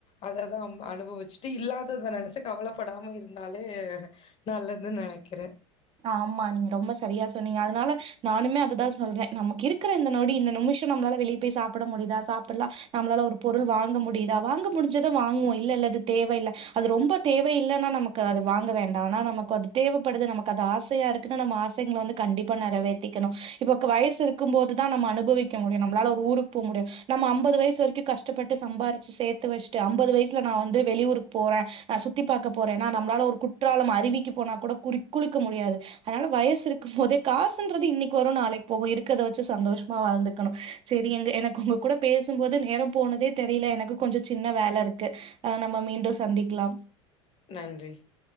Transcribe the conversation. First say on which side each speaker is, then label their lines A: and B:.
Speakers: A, on the left (about 40°); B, on the right (about 35°).
A: அததா அம்ப அனுபவிச்சுட்டு இல்லாதத நெனச்சி கவலப்படாம இருந்தாலே நல்லதுன் நெனைக்கிறே
B: ஆமா நீங்க ரொம்ப சரியா சொன்னீங்க அதனால நானுமே அதுதா சொல்றே நமக்கு இருக்கிற இந்த நொடி இந்த நிமிஷோ நம்மளால வெளியே போய் சாப்பிட முடியுதா சாப்பிலா நம்மளால ஒரு பொருள் வாங்க முடியுதா வாங்க முடிஞ்சத வாங்குவோ இல்ல இல்ல இது தேவயில்ல அது ரொம்ப தேவ இல்லனா நமக்கு அது வாங்க வேண்டா ஆனா நமக்கு அது தேவைப்படுது நமக்கு அது ஆசையா இருக்குன்னா நம்ம ஆசைங்கள வந்து கண்டிப்பா நெறவேத்திக்கணு இப்ப வயசு இருக்கும்போது தா நம்ம அனுபவிக்க முடியு நம்மளால ஒரு ஊருக்கு போக முடியு நம்ம அம்பது வயசு வரைக்கு கஷ்டப்பட்டு சம்பாரிச்சு சேத்து வச்ட்டு அம்பது வயசல நா வந்து வெளியூருக்கு போறே நா சுத்தி பாக்க போறே நம்மளால ஒரு குற்றாலம் அறிவிக்கு போனா கூட குறி குளிக்க முடியாது அதனால வயசு இருக்கு போதே காசுன்றது இன்னைக்கு வரு நாளைக்கு போவு இருக்குறத வச்சி சந்தோஷமா வாழ்ந்துக்கணு செரி அங்க எனக்கு உங்க கூட பேசும்போது நேரோ போனதே தெரியல எனக்கு கொஞ்ச சின்ன வேல இருக்கு ஆ நம்ம மீண்டும் சந்திக்கலா
A: நன்றி